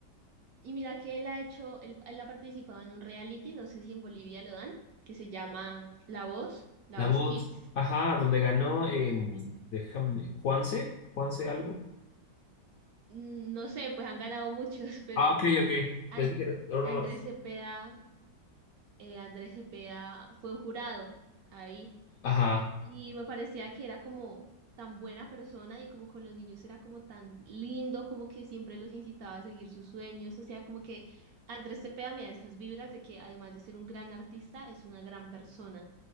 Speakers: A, on the right; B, on the left.
A: Y mira que él ha hecho, él, él ha participado en un reality, no sé si en Bolivia lo dan, que se llama La Voz, La
B: La
A: Voz
B: voz,
A: Kids.
B: ajá, donde ganó, em, déjame, Juanse, Juanse algo.
A: Mm, No sé, pues han ganado muchos, <laughs> pero
B: Ah, ok, ok.
A: And-
B: Pensé que era- era uno-
A: Andrés
B: de los-
A: Cepeda, eh, Andrés Cepeda fue un jurado ahí
B: Ajá,
A: y me parecía que era como tan buena persona y como con los niños era como tan lindo, como que siempre los incitaba a seguir sus sueños, o sea, como que Andrés Cepeda me da esas vibras de que además de ser un gran artista, es una gran persona.